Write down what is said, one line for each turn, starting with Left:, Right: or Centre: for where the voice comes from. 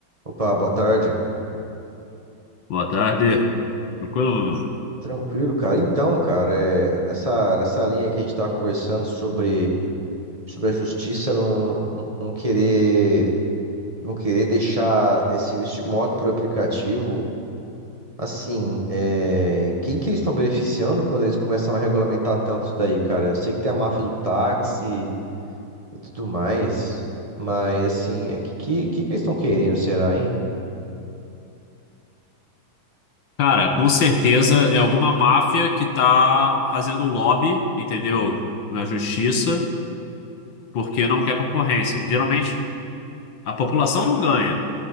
Right: Opa, boa tarde.
Left: Boa tarde. Tranquilo?
Right: Tranquilo, cara. Então, cara, é, nessa, nessa linha que a gente estava conversando sobre, sobre a justiça não, não não querer não querer deixar esse serviço de moto por aplicativo, assim, é, quem que eles estão beneficiando quando eles começam a regulamentar tanto isso daí, cara? Eu sei que tem a máfia do táxi e tudo mais, mas, assim, é, que, que, que que eles estão querendo, será, hein?
Left: Cara, com certeza é alguma máfia que tá fazendo lobby, entendeu? Na justiça, porque não quer concorrência. Geralmente a população não ganha.